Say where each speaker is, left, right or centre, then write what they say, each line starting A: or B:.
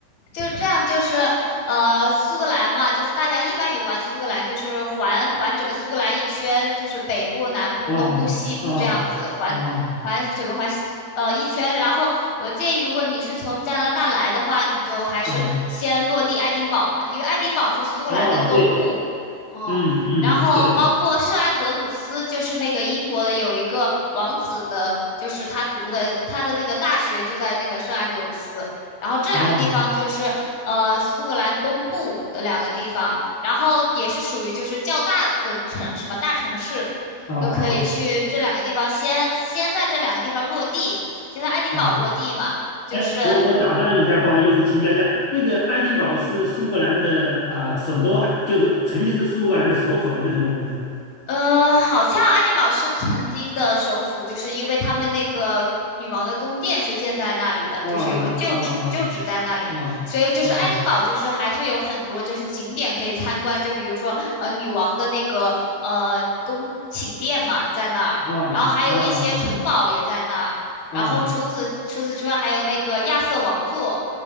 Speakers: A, on the left; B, on the left.
A: 就是这样，就是呃，苏格兰嘛，就是大家一般游玩苏格兰，就是环环整个苏格兰一圈，就是北部、南部、
B: 哦哦哦，
A: 东部、西部这样子环环整个环西呃一圈。然后我建议，如果你是从加拿大来的话，你就还是先落地爱丁堡嘛，
B: 嗯
A: 因为爱丁堡是苏格兰的东部。
B: 哦，对，
A: 哦、
B: 嗯嗯对，
A: 然后包括圣安德鲁斯，就是那个英国的有一个王子的，就是他读的他的那个大学就在那个圣安德鲁斯。然后这两个地方就是呃苏格兰东部的两个地方，
B: 哦
A: 然后也是属于就是较大的城市嘛，大城市，
B: 哦哦
A: 就可以去这两个地方先先在这两个地方落地，先在爱丁堡落地嘛，
B: 哦，
A: 就是
B: 哎，我我打断一下，不好意思，请教一下，
A: 嗯
B: 那个爱丁堡是苏格兰的啊、首都还就是曾经是苏格兰的首府还是怎么回事？
A: 呃，好像爱丁堡是曾经的首府，就是因为他们那个女王的宫殿是建在那里的，
B: 哦哦哦
A: 就是有个旧址，旧址在那里，
B: 哦哦
A: 所以就是爱丁堡就是还是有很多就是景点可以参观，就比如说呃女王的那个呃宫寝殿嘛在那儿，
B: 哦哦哦
A: 然后还有一些城堡也在那儿，
B: 哦
A: 然后除此除此之外还有那个亚瑟王座，